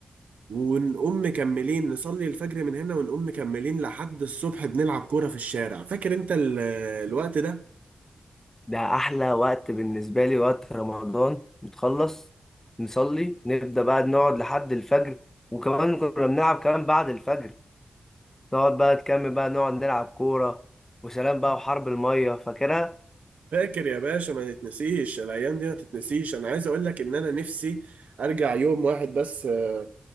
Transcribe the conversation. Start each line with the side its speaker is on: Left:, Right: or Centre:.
Right: ونقوم مكملين نصلي الفجر من هنا ونقوم مكملين لحد الصبح بنلعب كورة في الشارع فاكر أنت ال- الوقت ده؟
Left: ده احلى وقت بالنسبه لي وقت رمضان نتخلص نصلي نبدا بقى نقعد لحد الفجر وكمان كنا بنلعب كمان بعد الفجر نقعد بقى تكمل بقى نقعد نلعب كوره وسلام بقى وحرب الميه فاكرها
Right: فاكر يا باشا ما تتنسيش الايام دي ما تتنسيش انا عايز اقول لك ان انا نفسي ارجع يوم واحد بس آه،